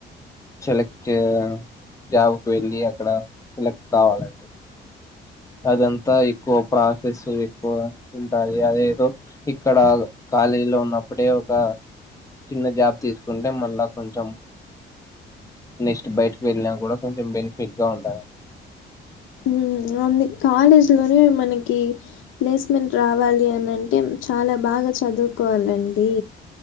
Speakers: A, on the left (about 15°); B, on the left (about 80°).
A: సెలెక్ట్ జాబ్కి వెళ్ళి అక్కడ సెలెక్ట్ కావాలండి అదంతా ఎక్కువ ప్రాసెస్ ఎక్కువ ఉంటాది అదేదో ఇక్కడ కాలేజీ లో ఉన్నప్పుడే ఒక చిన్న జాబ్ తీసుకుంటే మళ్ళా కొంచెం నెక్స్ట్ బయటకు వెళ్ళినా కూడా కొంచెం బెనిఫిట్ గా ఉంటాదండి
B: ఊ అంది కాలేజ్ లోనే మనకి ప్లేస్ మెంట్ రావాలి అని అంటే చాలా బాగా చదువుకోవాలండి